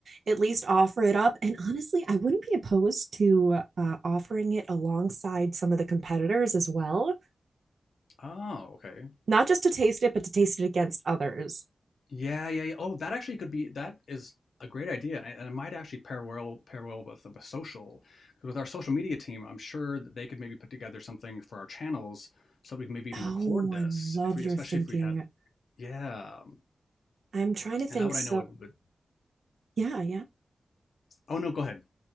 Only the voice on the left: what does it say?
oh, okay.
Yeah, yeah, yeah. Oh, that actually could be that is a great idea, and, I- and it might actually pair well pair well with the social 'cause with our social media team. I'm sure that they could maybe put together something for our channels so we can maybe even
record this
if we,
especially
if we had, yeah.
And that would
I know it would.
Oh no, go ahead.